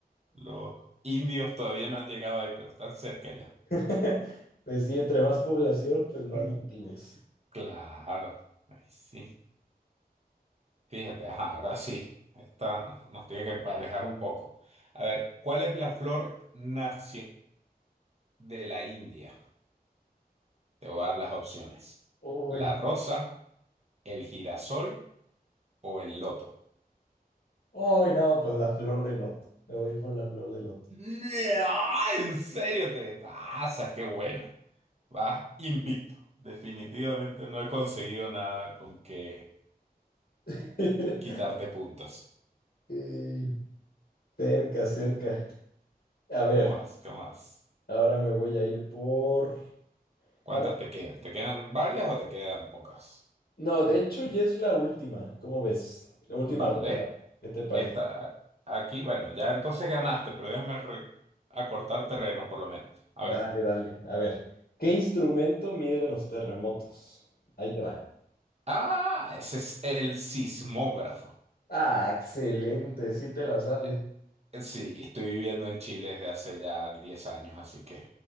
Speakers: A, on the right; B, on the left.
A: Los indios todavía no han llegado ahí, pero están cerca ya.
B: <laughs> Pues sí, entre más población, pues más
A: Mm,
B: nativos.
A: Claro, ahí sí. Fíjate, ajá, ahora sí, esta nos tiene que emparejar un poco. A ver, ¿cuál es la flor nacional de la India? Te voy a dar las opciones.
B: Uy,
A: ¿La rosa, el girasol o el loto?
B: uy, no, pues la flor de loto. Me voy a ir por la flor de loto.
A: ¡Ah! ¿En serio te pasas? ¡Qué buena! Vas invicto. Definitivamente no he conseguido nada con que
B: <laughs>
A: quitarte puntos.
B: Ey, cerca, cerca. A ver,
A: ¿Cómo vas? ¿Cómo vas?
B: ahora me voy a ir por...
A: ¿Cuántas
B: A ver,
A: te quedan? ¿Te quedan varias o te quedan pocas?
B: no, de hecho ya es la última, ¿cómo ves? La última
A: Vale.
B: ronda. ¿Qué te parece?
A: Esta, aquí, bueno, ya entonces ganaste, pero déjame re- acortar terreno por lo menos. A
B: Dale,
A: ver.
B: dale. A ver, ¿qué instrumento miden los terremotos? Ahí te va.
A: Ah, ese es el sismógrafo.
B: Ah, excelente, sí te la sabes.
A: Eh, eh, sí, estoy viviendo en Chile desde hace ya 10 años, así que